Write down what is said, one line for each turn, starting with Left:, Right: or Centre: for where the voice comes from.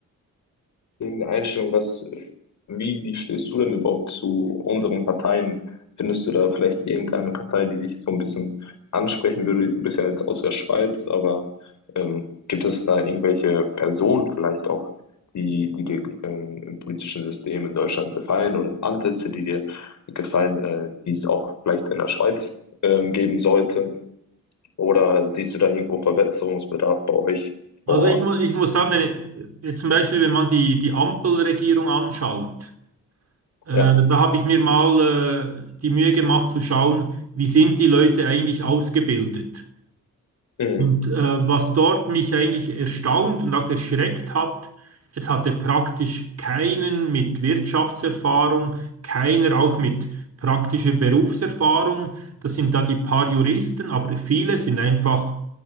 Left: wegen der Einstellung, was, wie, wie stehst du denn überhaupt zu unseren Parteien? Findest du da vielleicht irgendeine Partei, die dich so ein bisschen ansprechen würde? Du bist ja jetzt aus der Schweiz, aber ähm, gibt es da irgendwelche Personen vielleicht auch, die, die dir ähm, im politischen System in Deutschland gefallen oder Ansätze, die dir gefallen, äh, die es auch vielleicht in der Schweiz ähm, geben sollte? Oder siehst du da irgendwo Verbesserungsbedarf bei euch
Right: Also
Left: vor Ort?
Right: ich muss, ich muss sagen, wenn, jetzt zum Beispiel, wenn man die, die Ampelregierung anschaut, äh,
Left: Ja.
Right: da habe ich mir mal äh, die Mühe gemacht zu schauen, wie sind die Leute eigentlich ausgebildet.
Left: Mhm.
Right: Und äh, was dort mich eigentlich erstaunt und auch erschreckt hat, es hatte praktisch keinen mit Wirtschaftserfahrung, keiner auch mit praktischer Berufserfahrung. Das sind da die paar Juristen, aber viele sind einfach